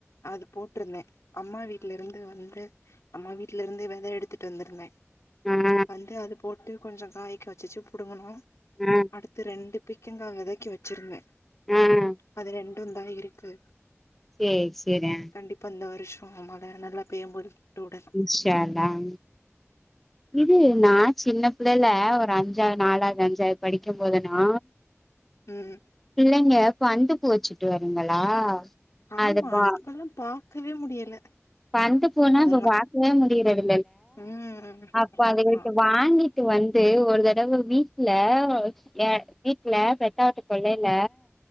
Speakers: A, on the left; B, in the centre.
A: அது போட்டுருந்தேன் அம்மா வீட்ல இருந்து வந்து அம்மா வீட்ல இருந்து வித எடுத்துட்டு வந்திருந்தன்
B: ஆ
A: வந்து அது போட்டு கொஞ்சோம் காய்க்காச்சிசு புடுங்கணோ
B: ம்
A: அடுத்து ரெண்டு பிக்கங்கா விதைக்க வெச்சிருந்த
B: ம்
A: அது ரெண்டுந்தா இருக்கு
B: ம் செய்றே
A: கண்டிப்பா இந்த வருஷம் மழ நல்லா பேயம்போது போட்டு வுடணு
B: <unintelligible> இது நா சின்ன புள்ளைல ஒரு அஞ்சாவது நாலாவது அஞ்சாவது படிக்கும் போதுனா
A: ம்
B: பிள்ளைங்க பந்து பூச்சுட்டு வருங்களா
A: ஆமா
B: அதுபா
A: இப்பல்லா பாக்கவே முடியல
B: பந்து பூனா
A: அதெல்லா
B: இப்ப பாக்கவே முடியறதுக்
A: ம்
B: அப்போ அதுகள்ட
A: ஆமா
B: வாங்கிட்டு வந்து ஒரு தடவ வீட்ல ஏ வீட்டல பெட்டாாவட்டு கொள்ளைல